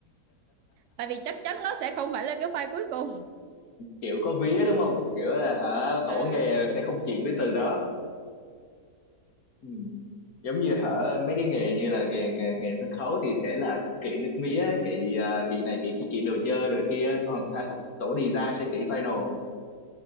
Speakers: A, on the right (about 60°); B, on the left (about 65°).
A: tại vì chắc chắn nó sẽ không phải là cái file cuối cùng
B: kiểu có vía đúng không kiểu là hả tổ
A: ừ
B: nghề là sẽ không chịu cái từ đó ừ. giống như hả mấy cái nghề như là nghề nghề, nghề sân khấu thì sẽ là kỵ nước mía kỵ ờ, kỵ này kỵ kỵ, kỵ đồ chơi rồi kia còn <laughs> hả, tổ design sẽ kỵ final